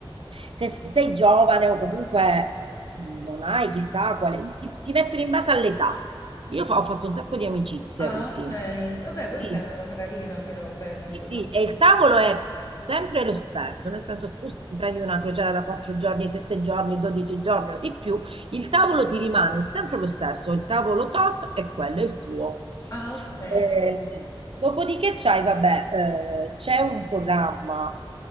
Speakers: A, on the right (about 75°); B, on the left (about 35°).
A: se sei giovane o comunque mh, non hai chissà quale, ti, ti mettono in base all'età. Io fa- ho fatto un sacco di amicizie
B: Ah,
A: così.
B: ok. Vabbè, questa
A: Sì.
B: è una cosa carina, però penso,
A: Sì, sì,
B: no?
A: e il tavolo è sempre lo stesso, nel senso tu prendi una crociera da 4 giorni, 7 giorni, 12 giorni o di più, il tavolo ti rimane sempre lo stesso, il tavolo tot e quello è il tuo.
B: Ah, ok.
A: Eh, dopodiché c'hai, vabbè, eh, c'è un programma